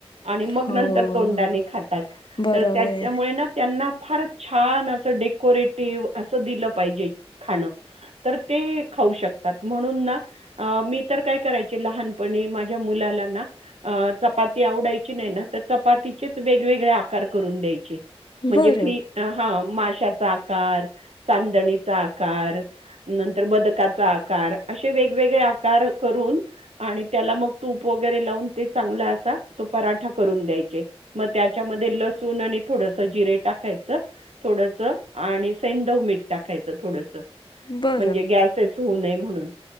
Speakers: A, on the right; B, on the left.
A: आणि मग
B: हो.
A: नंतर तोंडाने खातात
B: बरोबर
A: तर त्याच्यामुळे
B: आहे
A: ना त्यांना फार छान असं डेकोरेटिव्ह असं दिलं पाहिजे. खाणं तर ते खाऊ शकतात म्हणून ना, अ मी तर काय करायचे लहानपणी माझ्या मुलाला ना. अ चपाती आवडायची नाही ना. तर चपातीचेच वेगवेगळे आकार करून द्यायचे. म्हणजे
B: बरं
A: फीश हा माशाचा आकार, चांदणीचा आकार, नंतर बदकाचा आकार असे वेगवेगळे आकार करून आणि त्याला मग तूप वगैरे लावून ते चांगला असा तो पराठा करून द्यायचे. मग त्याच्यामध्ये लसूण आणि थोडस जिरे टाकायचं. थोडस आणि सैदव मीठ टाकायचं थोडस
B: बरं
A: म्हणजे गॅस होऊ नये म्हणून